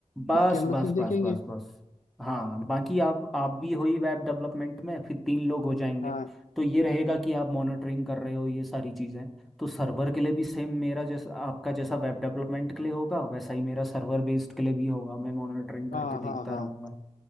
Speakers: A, in the centre; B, on the left.
A: बस
B: बाकी हम लोग
A: बस
B: फिर देखेंगे
A: बस बस बस हाँ बाकी आप आप भी हो ही वेब डेवलपमेंट में फिर तीन लोग हो जाएंगे
B: हाँ
A: तो ये रहेगा कि आप मॉनिटरिंग कर रहे हो ये सारी चीज़ें तो सर्वर के लिए भी सेम मेरा जैसा आपका जैसा वेब डेवलपमेंट के लिए होगा वैसा ही मेरा सर्वर बेस्ड के लिए भी होगा मैं मॉनिटरिंग
B: हाँ
A: करके देखता
B: हाँ हाँ
A: रहूँगा